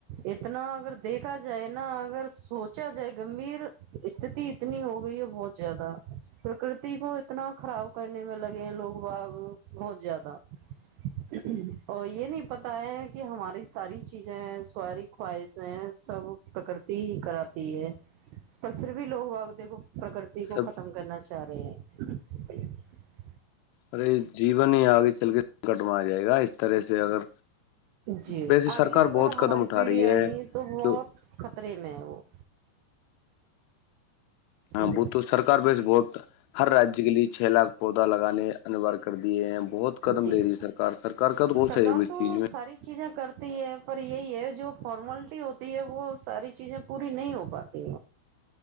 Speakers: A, on the right; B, on the left.
A: اتنا اگر دیکھا جائے نا اگر سوچا جائے گمبھیر استتی اتنی ہو گئی ہے بہت زیادہ پرکرتی کو اتنا خراب کرنے میں لگے ہیں لوگ باغ بہت زیادہ اور یہ نہیں پتا ہے کہ ہماری ساری چیزیں ساری خواہشیں سب پرکرتی ہی کراتی ہے پر پھر بھی لوگ واق دیکھو پرکرتی کو
B: سب
A: ختم کرنا چاہیے چار <unintelligible>
B: ارے جیبن ہی آ گیا چل کےنکٹ میں آ جائے گا اس طرح سے اگر
A: جی
B: وسے
A: آگے
B: سرکار
A: اگر
B: بہت
A: ہماری
B: قدم اٹھا
A: پیڑھی
B: رہی
A: آئیں
B: ہے
A: گی تو بہت
B: جوو
A: خطرے میں ہے وہ
B: ہاں
A: جی
B: ب تو سرک وس بہت ہر رجیہ کے لیے چھ لاکھ پودا لگانے انوار کر دیے ہیں بہت قدم
A: جیب
B: لے رہی ہے سرکار سرکار کا تو بہت
A: سرکار
B: سہیوگ اس
A: تو
B: چیز میں
A: ساری چیزیں کرتی ہے پر یہ یہی ہے جو فارملٹی ہوتی ہے وہ ساری چیزیں پوری نہیں ہو پاتی